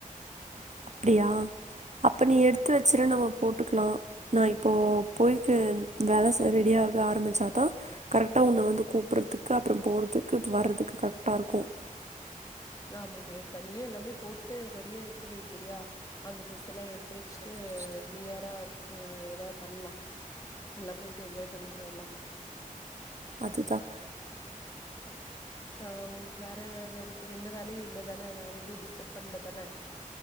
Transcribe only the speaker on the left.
ஆமா கரெக்ட்த்தான் நீயே எல்லாமே போட்டு ரெடியா எடுத்து வை சரியா அந்த டிரெஸ் எல்லாம் எடுத் எடுத்து வச்சுட்டு கிளியரா ஆம் வது பண்ணலாம் நல்லா போயிட்டு எஞ்ஜாய் பண்ணிட்டு வரலாம்
ஆஹ் உனக்கு வேற வெந்த எந்த வேலையும் இல்லதானே நான் எதுவும் டிஸ்டர்ப் பண்ணலதானே